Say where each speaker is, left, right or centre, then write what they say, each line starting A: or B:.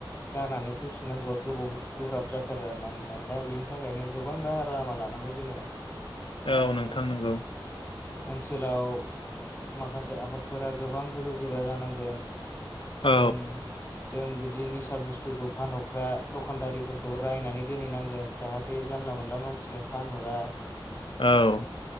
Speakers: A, on the left; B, on the left.
A: गारनानै फैफिननांगौआबाव गोबाव गोब्राब जा थारो आरोना नोंथां दा बेनि थाखायनो गोबां राहा लामा लानांगौ जोङो माने
B: औ नोंथां नंगौ
A: ओनसोलाव माखासे आफादफोरा गोबां गोहो गोरा जानांगोन
B: औ
A: जों जों बिदि निसा बुस्थुखौ फानहरग्रा दखानदारिफोर खौ रायनानै दोनहैनांगोन जाहाथे जानला मोनला मानसिनो फानहरा
B: औ